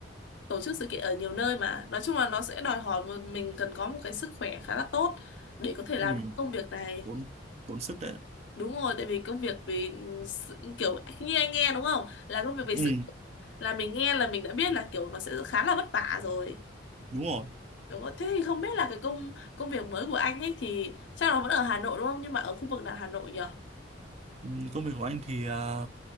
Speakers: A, on the left (about 65°); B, on the right (about 35°).
A: tổ chức sự kiện ở nhiều nơi mà nói chung là nó sẽ đòi hỏi một- mình cần có một cái sức khỏe khá là tốt để có thể làm
B: ừ
A: được công việc này
B: tốn tốn sức đấy
A: đúng rồi tại vì công việc vì sự, kiểu như anh nghe đúng không là công việc về sự
B: ừ
A: là mình nghe là mình đã biết là kiểu nó sẽ khá là vất vả rồi
B: đúng rồi
A: đúng không thế thì không biết là cái công công việc mới của anh ấy thì chắc là vẫn ở Hà Nội đúng không nhưng mà ở khu vực nào Hà Nội nhỉ
B: ừ. công việc của anh thì à,